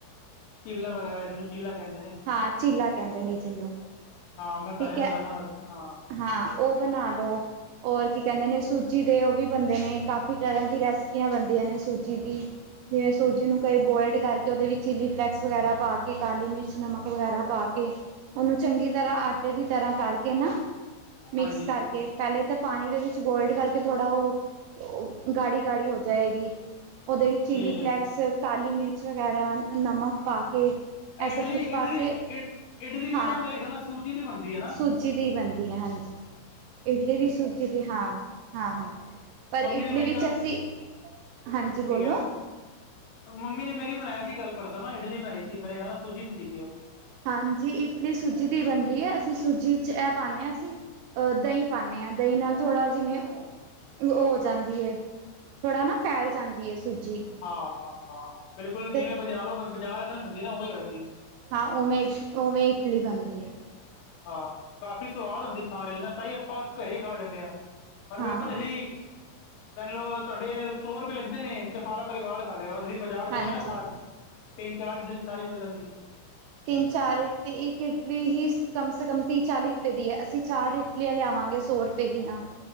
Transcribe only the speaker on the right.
ਹਾਂ ਚੀਲਾ ਕਹਿੰਦੇ ਨੇ ਜਿਹਨੂੰ,
ਠੀਕ
ਹੈ
ਹਾਂ। ਉਹ ਬਣਾ ਲਓ। ਔਰ ਕੀ ਕਹਿੰਦੇ ਨੇ ਸੂਚੀ ਦੇ ਉਹ ਵੀ, ਬਣਦੇ ਨੇ ਕਾਫੀ ਤਰਾਂ ਦੀ ਰੈਸਪੀਆਂ, ਬਣਦੀਆਂ ਨੇ ਸੂਚੀ ਦੀ। ਜਿਵੇਂ ਸੂਜੀ ਨੂੰ ਕਈ ਬੋਇਲਡ ਕਰਕੇ, ਉਹਦੇ ਵਿੱਚ ਚਿੱਲੀ ਫਲੇਕਸ ਵਗੈਰਾ ਪਾ ਕੇ, ਕਾਲੀ ਮਿਰਚ, ਨਮਕ, ਵਗੈਰਾ ਪਾ ਕੇ ਉਹਨੂੰ ਚੰਗੀ ਤਰਾਂ ਆਟੇ ਦੀ ਤਰਾਂ ਕਰਕੇ ਨਾ, ਮਿਕਸ
ਕਰਕੇ। ਪਹਿਲੇ ਤੇ ਪਾਣੀ ਦੇ ਵਿੱਚ ਬੋਇਲਡ ਕਰਕੇ, ਥੋੜਾ ਉਹ ਗਾੜੀ- ਗਾੜੀ ਹੋ ਜਾਏਗੀ। ਉਹਦੇ ਵਿੱਚ ਚਲੀ
ਫਲੇਕਸ,
ਕਾਲੀ ਮਿਰਚ ਵਗੈਰਾ ਨਮਕ ਪਾ ਕੇ, ਇਹ ਸਭ
ਕੁਛ ਪਾ
ਕੇ
ਹਾਂ
ਸੂਜੀ ਦੀ ਬਣਦੀ ਹੈ, ਹਾਂਜੀ। ਇਡਲੀ ਵੀ ਸੂਚੀ ਦੀ ਹਾਂ, ਹਾਂ- ਹਾਂ ਪਰ
ਇਡਲੀ
ਵਿੱਚ
ਅਸੀਂ, ਹਾਂਜੀ
ਬੋਲੋ।
ਹਾਂਜੀ ਇਡਲੀ ਸੂਜੀ ਦੀ ਬਣਦੀ ਹੈ। ਅਸੀਂ ਸੂਜੀ ਇਹ ਪਾਉਂਦੇ ਹਾਂ ਅਸੀਂ। ਅਹ ਦਹੀਂ ਪਾਉਂਦੇ ਹਾਂ, ਦਹੀਂ ਨਾਲ ਥੋੜਾ ਜਿਵੇਂ ਹੋ ਜਾਂਦੀ ਏ, ਥੋੜ੍ਹਾ ਨਾ ਫੈਲ ਜਾਂਦੀ ਏ ਸੂਜੀ।
ਤੇ
ਹਾਂ ਉਵੇਂ ਇਟ ਉਵੇਂ ਇਡਲੀ ਬਣਦੀ ਏ।
ਹਾਂ
ਹਾਂਜੀ
ਤਿੰਨ-ਚਾਰ ਇਟਲੀ। ਇੱਕ ਇਟਲੀ ਹੀ ਕਮ ਸੇ ਕਮ ਤੀਹ ਚਾਲੀ ਰੁਪਏ ਦੀ ਐ, ਅਸੀਂ ਚਾਰ ਇਟ ਲਿਆਵਾਂਗੇ ਸੌ ਰੁਪਏ ਦੀਆਂ,